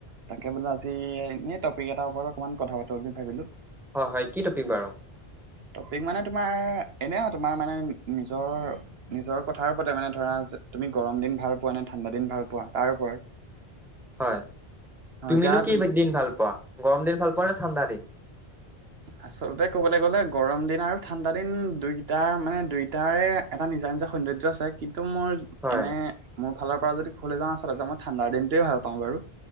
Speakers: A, on the right; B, in the centre.
A: তাকে বোলো আজি এনেই টপিক এটা ওপৰত অকণমান কথা পাতো বুলি ভাবিলোঁ।
B: হয়-হয়। কি টপিক বাৰু?
A: টপিক মানে তোমাৰ এনেই আৰু তোমাৰ মানে নিজৰ নিজৰ কথা ওপৰতে মানে ধৰা যে তুমি গৰম দিন ভাল পোৱা নে, ঠাণ্ডা দিন ভাল পোৱা তাৰ ওপৰত। <unintelligible>
B: হয়।
A: অ
B: তুমিনো
A: এতিয়া
B: কি
A: তুমি
B: দিন ভাল পোৱা? গৰম দিন ভাল পোৱা নে ঠাণ্ডা দিন?
A: আচলতে ক'বলৈ গ'লে গৰম দিন আৰু ঠাণ্ডা দিন দুইটাৰ মানে দুইটাৰে এটা নিজা-নিজা সৌন্দৰ্য আছে। কিন্তু মোৰ
B: হয়
A: এনেই মোৰ ফালৰ পৰা যদি ক'বলৈ যাওঁ আচলতে মই ঠাণ্ডা দিনটোৱেই ভাল পাওঁ বাৰু।